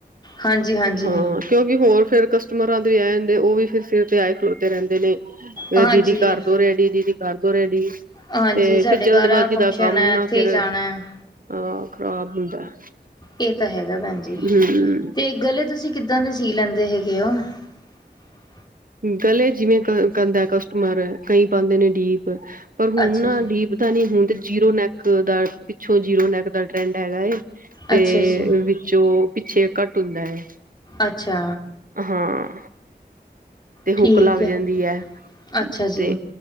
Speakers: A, on the left; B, on the right.
A: ਹਾਂਜੀ ਹਾਂਜੀ
B: ਹਾਂ। ਕਿਉਂਕਿ ਹੋਰ ਫੇ਼ਰ ਕਸਟਮਰਾਂ ਦੇ ਵੀ ਆਂਦੇ ਉ ਵੀ ਫੇ਼ਰ ਸਿਰ ਤੇ ਆਏ ਖਲੋਤੇ ਰਹਿੰਦੇ ਨੇ।
A: ਹਾਂਜੀ
B: ਏ ਦੀਦੀ ਕਰਦੋ ਰੈਡੀ-ਦੀਦੀ ਕਰਦੋ ਰੈਡੀ।
A: ਹਾਂਜੀ
B: ਤੇ
A: ਸਾਡੇ
B: ਫ਼ਿਰ ਜਲਦਬਾਜ਼ੀ
A: ਘਰ ਆ ਫੰਕਸ਼ਨ
B: ਦਾ ਕੰਮ
A: ਹੈ
B: ਨਾ
A: ਇੱਥੇ
B: ਫ਼ਿਰ
A: ਜਾਣਾ ਹੈ
B: ਆ ਖਰਾਬ ਹੁੰਦਾ।
A: ਏ ਤਾਂ ਹੈਗਾ ਭੈਣ ਜੀ,
B: ਹਮ।
A: ਤੇ ਗਲੇ ਤੁਸੀਂ ਕਿੱਦਾਂ ਦੇ ਸੀ ਲੈਂਦੇ ਹੈਗੇ ਹੋ? <unintelligible>
B: ਗਲੇ ਜਿਵੇਂ ਕ ਕਹਿੰਦਾ ਕਸਟਮਰ ਕਈ ਪਾਂਦੇ ਨੇ ਡੀਪ। ਪਰ ਹੁਣ
A: ਅੱਛਾ
B: ਨਾ
A: ਜੀ
B: ਡੀਪ ਦਾ ਨੀ ਹੁਣ ਤੇ ਜੀਰੋ ਨੈਕ ਦਾ ਪਿੱਛੋਂ ਜੀਰੋ ਨੈਕ ਦਾ ਟਰੈਂਡ ਹੈਗਾ ਏ। ਤੇ
A: ਅੱਛਾ ਜੀ
B: ਵਿੱਚੋਂ ਪਿੱਛੇ ਕਟ ਹੁੰਦਾ ਏ।
A: ਅੱਛਾ!
B: ਹਾਂ। ਤੇ ਹੁੱਕ
A: ਠੀਕ
B: ਲੱਗ
A: ਹੈ
B: ਜਾਂਦੀ ਐ,
A: ਅੱਛਾ ਜੀ
B: ਤੇ